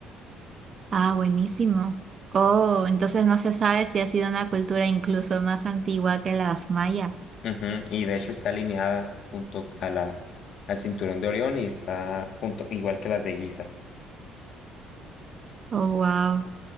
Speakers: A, on the right; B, on the left.
A: Ah, buenísimo. Oh, entonces no se sabe si ha sido una cultura incluso más antigua que la maya.
B: Ujú, Y de hecho está alineada junto a la, al cinturón de Orión y está junto, igual que las de Giza.
A: Oh, wow.